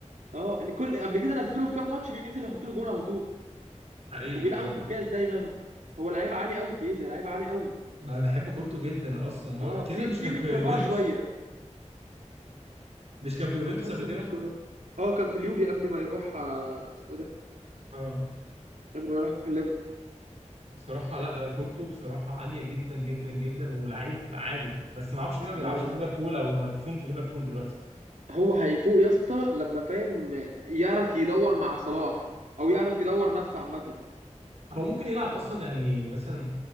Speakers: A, on the right; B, on the right.
A: اه الكل قبل كده نزله في كام ماتش بينزل يحط له جون على طول
B: حقيقي
A: وبيلعبوا
B: اه
A: في الكاس دايما هو لعيب عالي قوي كيزه لعيب عالي قوي
B: ما انا بحب كورته جدا اصلا هو
A: اه
B: كده
A: في
B: مش
A: في
B: كان
A: من
B: في
A: كفاره
B: يوفنتوس
A: شويه
B: مش كان في يوفنتوس
A: تحسه
B: قبل كده
A: في من كفاره اه كان في اليوفي قبل ما يروح آه، اسمه ده
B: اه
A: قبل ما يروح الليفر
B: بصراحه لا لا كورته بصراحه عاليه جدا جدا جدا ولعيب عالي بس ما اعرفش ليه ما بيلعبش
A: اه
B: في ليفربول او مدفون في ليفربول دلوقتي
A: هو هيفوق يا اسطى لما فاهم يعرف يدور مع صلاح او يعرف يدور نفسه عامه
B: هو ممكن يلعب اصلا يعني مثلا